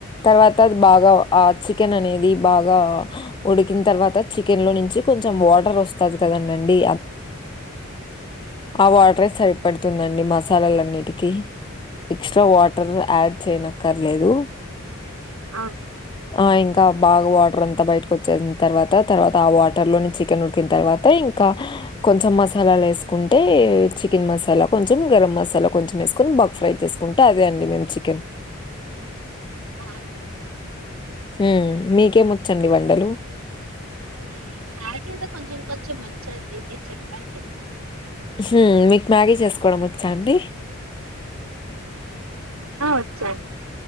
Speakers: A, on the left; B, on the right.
A: తర్వాత బాగా ఆ చికెన్ అనేది బాగా ఉడికిన తర్వాత చికెన్ లో నుంచి కొంచెం వాటర్ వస్తాది కదందండి ఆ వాటరే సరిపడుతుందండి మసాలాలన్నిటికీ ఎక్స్ట్రా వాటర్ యాడ్ చేయనక్కర్లేదు
B: ఆ
A: ఆ ఇంకా బాగా వాటర్ అంతా బయటకు వచ్చేసిన తర్వాత తర్వాత ఆ వాటర్ లోని చికెన్ ఉడికిన తర్వాత ఇంకా కొంచెం మసాలాలు వేసుకుంటే చికెన్ మసాలా కొంచెం గరం మసాలా కొంచెం వేసుకొని బ ఫ్రై చేసుకుంటే అదే అండి మేము చికెన్
B: ఆ
A: హ్మ్ మీకేమొచ్చండి వండలు
B: ఆటీద కొంచెం కొంచెం వచ్చండి మీరు చెప్పండి
A: హ్మ్ మీకు మ్యాగీ చేసుకోవడం వచ్చా అండి
B: ఆ వచ్చు